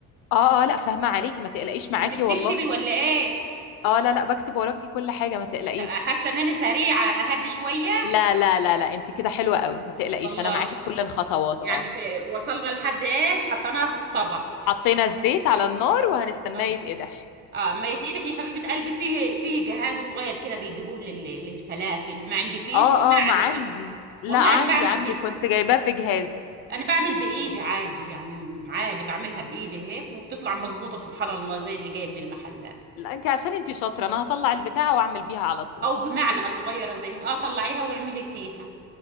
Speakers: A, on the left; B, on the right.
A: اه اه لا فاهمة عليكي ما تقلقيش معاكي
B: انت بتكتبي
A: والله
B: ولا ايه
A: اه لا لا بكتب وراكي كل حاجة ما تقلقيش
B: حاسة ان انا سريعة اهدي شوية
A: لا لا لا لا انت كده حلوة قوي ما تقلقيش
B: والله
A: انا معاكي في كل الخطوات
B: يعني
A: اه
B: ك- وصلنا لحد ايه حطيناها في الطبق
A: حطينا الزيت على النار وهنستناه
B: اه
A: يتقدح
B: اه ما يتقدح يا حبيبه قلبي فيه فيه جهاز صغير كده بيجيبوه لل... للفلافل ما عندكيش
A: اه
B: بمعلقه
A: اه ما عندي لا
B: والله
A: عندي
B: انا بعمل
A: عندي
B: بي...
A: كنت جايباه في جهاز
B: انا بعمل بايدي عادي يعني عادي بعملها بايدي هيك وبتطلع مظبوطه سبحان الله زي اللي جايه من المحلات
A: لا انت عشان انت شاطرة انا هطلع البتاعة واعمل بيها على طول
B: او بمعلقه صغيره زي هيك اه طلعيها واعملي فيها